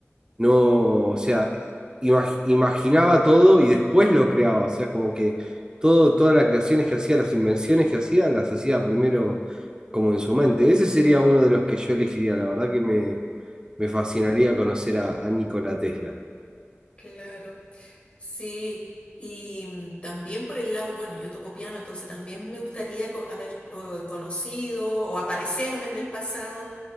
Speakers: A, on the right; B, on the left.
A: No, o sea, imag- imaginaba todo y después lo creaba. O sea, como que todo, todas las creaciones que hacía, las invenciones que hacía, las hacía primero como en su mente. Ese sería uno de los que yo elegiría. La verdad que me, me fascinaría
B: mm,
A: conocer a, a Nikola Tesla.
B: Claro, sí. Y mm, también por el lado, bueno, yo toco piano, entonces también me gustaría co- haber eh, conocido o aparecerme en el pasado